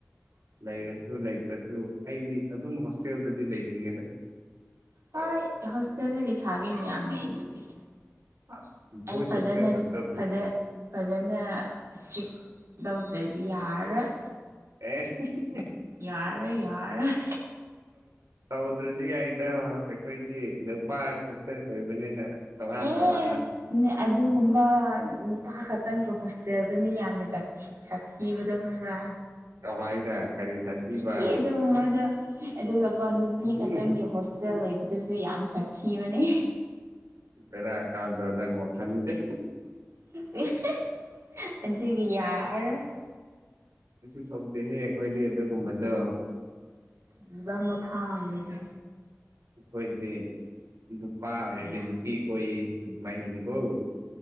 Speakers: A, on the right (about 85°); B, on the right (about 70°).
A: ꯂꯩꯔꯁꯨ ꯂꯩꯇ꯭ꯔꯁꯨ ꯑꯩꯗꯤ ꯑꯗꯨꯝ ꯍꯣꯁꯇꯦꯜꯗꯗꯤ ꯂꯩꯅꯤꯡꯉꯦꯗ
B: ꯍꯣꯏ ꯍꯣꯁꯇꯦꯜꯗ ꯂꯩꯁꯕꯤ ꯃꯌꯥꯝ ꯂꯩꯗꯨꯗꯤ
A: <inaudible>
B: ꯑꯩ ꯐꯖꯅ
A: ꯍꯣꯁꯇꯦꯜ ꯈꯛꯇꯕꯨ
B: ꯐꯖ ꯐꯖꯅ ꯁꯇ꯭ꯔꯤꯛ ꯂꯧꯗ꯭ꯔꯦ ꯌꯥꯔꯔꯣꯏ
A: <unintelligible>
B: ꯌꯥꯔꯔꯣꯏ ꯌꯥꯔꯔꯣꯏ
A: ꯇꯧꯗ꯭ꯔꯁꯨ ꯌꯥꯏꯗ ꯑꯩꯈꯣꯏꯗꯤ ꯅꯨꯄꯥ ꯈꯛꯇ ꯑꯣꯏꯕꯅꯤꯅ ꯇꯣꯉꯥꯟ
B: ꯑꯦ
A: ꯇꯣꯉꯥꯟꯅ
B: ꯑꯗꯨꯒꯨꯝꯕ ꯅꯨꯄꯥ ꯈꯛ ꯇꯪꯒꯤ ꯍꯣꯁꯇꯦꯜꯗꯨꯅ ꯌꯥꯝꯅ ꯁꯥꯊꯤ ꯁꯥꯊꯤꯕꯗꯣ ꯈꯪꯕ꯭ꯔꯥ
A: ꯀꯃꯥꯏꯅ ꯀꯔꯤ ꯁꯥꯊꯤꯕ
B: ꯊꯤꯑꯦ ꯑꯗꯨꯒꯨꯝꯕꯗꯣ ꯑꯗꯨꯒꯀꯣ
A: ꯎꯝ
B: ꯅꯨꯄꯤ
A: ꯎꯝ
B: ꯈꯛꯇꯪꯒꯤ ꯍꯣꯁꯇꯦꯜ ꯂꯩꯕ ꯑꯗꯨꯁꯨ ꯌꯥꯝ ꯁꯥꯊꯤꯕꯅꯦ
A: ꯕꯦꯔꯥ ꯀꯥꯗ꯭ꯔꯣ ꯅꯪ ꯋꯥꯈꯟꯖꯦ
B: <unintelligible> ꯑꯗꯨꯕꯒꯤ ꯌꯥꯔꯥꯔꯣꯏ
A: ꯀꯩꯁꯨ ꯇꯧꯗꯦꯍꯦ ꯑꯩꯈꯣꯏꯗꯤ ꯑꯗꯨꯒꯨꯝꯕꯗꯣ
B: ꯀꯤꯕ ꯑꯃ ꯐꯥꯎꯋꯦꯗꯣ
A: ꯑꯩꯈꯣꯏꯗꯤ ꯅꯨꯄꯥ ꯑꯣꯏꯔꯗꯤ
B: ꯌꯥ
A: ꯅꯨꯄꯤ ꯀꯣꯏꯌꯦ <unintelligible>